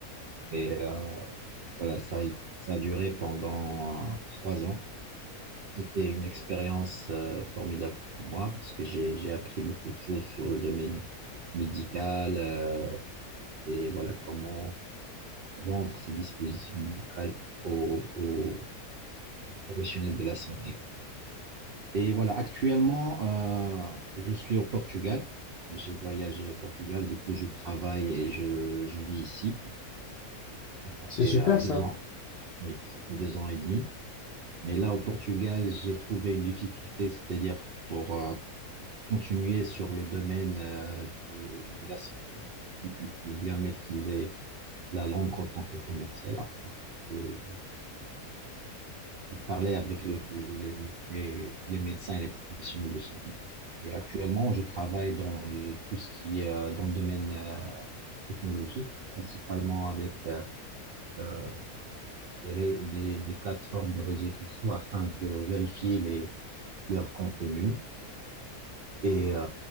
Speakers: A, on the right; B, on the left.
A: Et euh, voilà, ça, ça a duré pendant euh, trois ans. C'était une expérience euh, formidable pour moi parce que j'ai j'ai appris beaucoup de choses sur le domaine médical euh, et voilà comment vendre ces dispositifs médicaux aux, aux professionnels de la santé. Et voilà, actuellement, euh, je suis au Portugal. J'ai voyagé au Portugal, du coup, je travaille et je, je vis ici. Ça
B: C'est
A: fait
B: super
A: euh,
B: ça.
A: deux ans, oui, ça fait deux ans et demi. Mais là, au Portugal, j'ai trouvé une difficulté, c'est-à-dire pour euh, continuer sur le domaine euh, de, de la santé, vu qu'il faut bien maîtriser la langue en tant que commercial, afin de parler avec le, les, les, les médecins et les professionnels de santé. Et actuellement, je travaille dans le- tout ce qui est euh, dans le domaine euh, technologique, principalement avec euh, euh, des, ré- des, des plateformes de réseaux sociaux afin de vérifier les, leur contenu et euh,